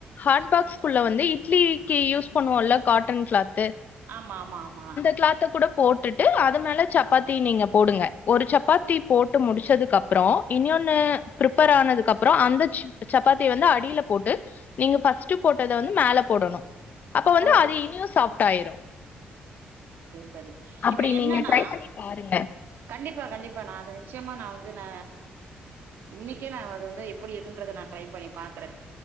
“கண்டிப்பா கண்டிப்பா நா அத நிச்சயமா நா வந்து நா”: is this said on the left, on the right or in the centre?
Right